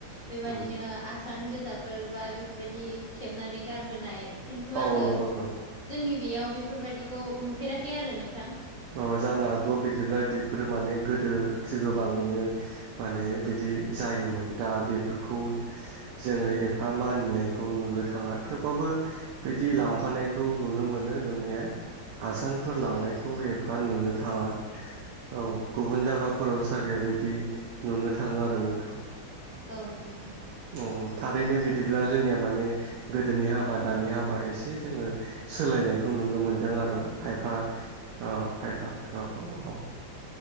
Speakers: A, on the left; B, on the right.
A: बेबायदिनो
B: उम
A: आसान गोजाफोर बा बेफोरबायदि थेबनानै गारबोनाय खिन्थु
B: औ
A: आङो
B: नंगौ नों
A: जोंनि बेयाव बेफोरबायदिखौ नुफेराखै आरो नोंथां
B: औ जानो हागौ बिदिब्ला बेफोरो माने गोदो गोबाङैनो मा होनो बिदि जायोमोन दा बेफोरखौ जोङो एफा मानिनायखौ नुनो थाङा थेवबाबो बिदि लांफानायखौ नुनो मोनो नोंनाया आसानफोर
A: औ
B: लांनायखौ एफा नुनो थाङा औ गुबुन जायगा फोराव सागे बिदि नुनो थाङो आरो नोंथां
A: औ नोंथां
B: औ थारैनो बिदिब्ला जोंनिया माने गोदोनि हाबा दानि हाबा एसे जोङो सोलायनायखौ नुनो मोनदों आरो खायफा औ खायफा खायफाखौ औ